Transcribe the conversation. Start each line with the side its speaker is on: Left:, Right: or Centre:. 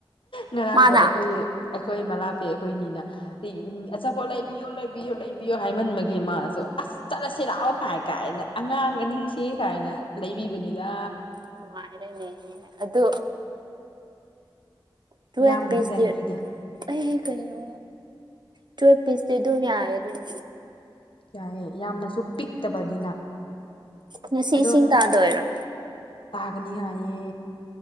Left: ꯉꯔꯥꯡꯗꯣ
Right: ꯃꯥꯅ
Left: ꯑꯩꯈꯣꯏꯒꯤ ꯑꯩꯈꯣꯏ ꯃꯅꯥꯛꯀꯤ ꯑꯩꯈꫭꯏ ꯃꯤꯅ ꯎꯝ ꯑꯆꯥꯄꯣꯠ ꯂꯩꯕꯤꯌꯣ ꯂꯩꯕꯤꯌꯣ ꯂꯩꯕꯤꯌꯣ ꯍꯥꯏꯃꯟꯕꯒꯤ ꯃꯥꯁꯨ ꯑꯁ ꯆꯠꯂꯁꯤ ꯂꯥꯛꯑꯣ ꯍꯥꯏ ꯀꯥꯏꯅ ꯑꯉꯥꯡ ꯑꯅꯤꯁꯦ ꯀꯥꯏꯅ ꯂꯩꯕꯤꯕꯅꯤꯗ꯫
Right: ꯅꯨꯡꯉꯥꯏꯔꯦꯅꯦꯅꯦ ꯑꯗꯨ ꯇꯨꯋꯦꯜ
Left: ꯌꯥꯝꯅꯗꯤ
Right: ꯄꯤꯁꯇꯤ
Left: ꯂꯩꯕꯤꯗꯦ
Right: ꯑꯩ ꯀꯩꯅꯣ ꯇꯨꯋꯦꯜ ꯄꯤꯁꯇꯤ ꯑꯗꯨꯝ ꯌꯥꯔꯦ ꯑꯗꯨꯝ
Left: ꯌꯥꯏꯑꯦ ꯌꯥꯝꯅꯁꯨ ꯄꯤꯛꯇꯕꯅꯤꯅ
Right: ꯉꯁꯤ
Left: ꯑꯗꯣ
Right: ꯏꯁꯤꯡ ꯇꯥꯗꯣꯏꯔꯣ
Left: ꯇꯥꯒꯅꯤ ꯍꯥꯏꯌꯦ꯫